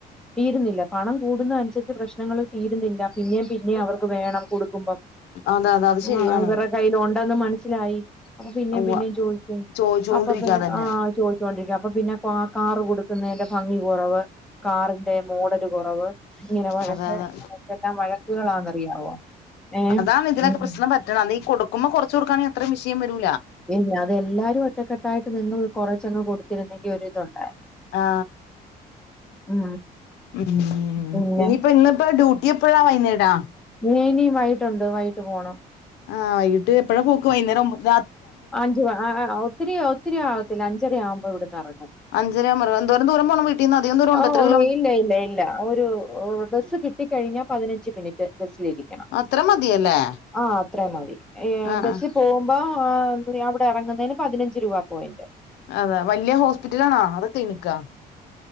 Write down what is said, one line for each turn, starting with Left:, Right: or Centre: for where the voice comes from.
Centre: തീരുന്നില്ല പണം കൂടുന്നനുസരി ന്ന്ട്ട് പ്രശ്നങ്ങൾ തീരുന്നില്ല പിന്നെ പിന്നെ അവർക്ക് വേണം കൊടുക്കുമ്പം
Left: അതെ അതെ അത്
Centre: ആ
Left: ശരിയാണ്
Centre: ഇവരെ കയ്യിൽ ഒൺ ട്ടെന്ന് മനസ്സിലായി അപ്പൊ പിന്നെ
Left: ഉവ്വ
Centre: പിന്നെയും ചോയിക്കും
Left: ചോദിച്ചോണ്ടിരിക്കാതന്നെ
Centre: അപ്പ പിന്നെ ആ ചോ ച്ചോണ്ടിരിക്കും അപ്പൊ പിന്നെ കാ കാർ കൊടുക്കുന്നെന്റെ ഭംഗി കൊറവ് കാറിന്റെ മോഡൽ കൊറവ് ത്തീൻ വഴക്ക്
Left: അതെ അതെ
Centre: വഴക്കുകളാന്നറിയാവോ ഏ
Left: അതാണ് ഇതിനൊക്കെ
Centre: ഉം
Left: പ്രശ്നം പറ്റ്ണേ അത് ഈ കൊടുക്കുമ്പോ കൊറച്ച് കൊട്ക്കാണെങ്കി അത്രയും വിഷയം വരൂ
Centre: ഇല്ല അതെല്ലാരും ഒറ്റക്കെട്ടായിട്ട് നിന്ന് കുറ ച്ചങ്ങ് കൊടുത്തിരുന്നെങ്കി ഒരിത് ഒണ്ടായിരു
Left: ആ
Centre: ഉം
Left: ഉം
Centre: പിന്നെ
Left: ഇനിയിപ്പം ഇന്നിപ്പ ഡ്യൂട്ടി എപ്പഴാ വൈന്നേര ആ
Centre: നീ ഇനി വൈട്ടുണ്ട് വൈട്ട് പോണം
Left: ആ വൈകിട്ട് എപ്പഴ പോക്ക് വൈന്നേരം ആവു
Centre: അഞ്ചു ഒത്തിരി ഒത്തിരി ആവത്തില്ല അഞ്ച് അഞ്ചരയാകുമ്പോ ഇവിടിന്നിറങ്ങും
Left: അഞ്ചരയാകുമ്പോ എന്തോരം ദൂരം പോണം വീട്ടീന്ന് അധികം ദൂരം ഉണ്ടോ
Centre: ആ
Left: എത്ര
Centre: ഓ
Left: കിലോ
Centre: ഇല്ല ഇല്ല ഇല്ല ഒരു ബസ് കിട്ടി കഴിഞ്ഞ പതിനഞ്ച് മിനിറ്റ് ബസ്സിലേക്ക് ക്കണം
Left: അത്ര മതിയല്ലേ
Centre: ആ അത്രേ മതി ഈയ്
Left: ആഹ് ആഹ്
Centre: ബസ്സിൽ പോകുമ്പ ആഹ് അവിടെ ഇറങ്ങുന്നെന് പതിനഞ്ച് രൂപ പോയിന്റ്
Left: അതെ വലിയ ഹോസ്പിറ്റലാണ അതാ ക്ലനിക്കാ